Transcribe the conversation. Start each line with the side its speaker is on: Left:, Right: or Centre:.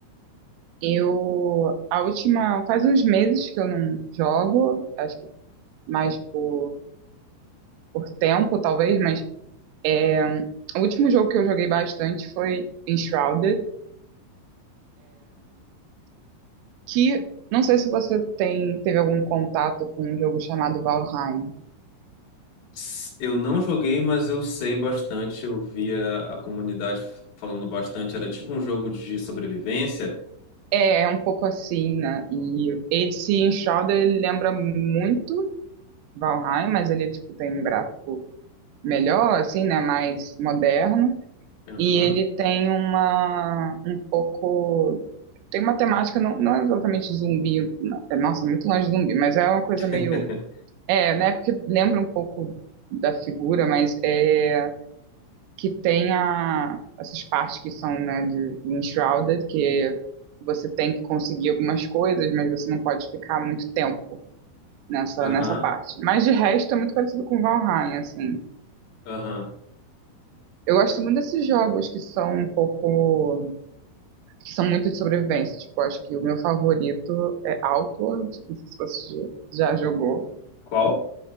Right: Eu, a última, faz uns meses que eu não jogo, acho que mais por, por tempo, talvez, mas é, o último jogo que eu joguei bastante foi Enshrouded, que não sei se você tem, teve algum contato com um jogo chamado Valheim.
Left: S- Eu não joguei, mas eu sei bastante. Eu via a comunidade falando bastante. Era tipo um jogo de sobrevivência.
Right: É, é um pouco assim, né? E esse Enshrouded, ele lembra muito Valheim, mas ele, tipo, tem um gráfico melhor, assim, né? Mais moderno.
Left: Aham,
Right: E ele tem uma um pouco tem uma temática não, não é exatamente zumbi, não, é, nossa, muito longe de zumbi, mas é uma coisa
Left: <laughs>
Right: meio é, né? Porque lembra um pouco da figura, mas é que tem a, essas partes que são, né, de de enshrouded, que você tem que conseguir algumas coisas, mas você não pode ficar muito tempo nessa
Left: aham,
Right: nessa parte. Mas de resto é muito parecido com Valheim, assim.
Left: aham.
Right: Eu gosto muito desses jogos que são um pouco que são muito de sobrevivência. Tipo, acho que o meu favorito é Outward. Não sei se você já já jogou.
Left: Qual?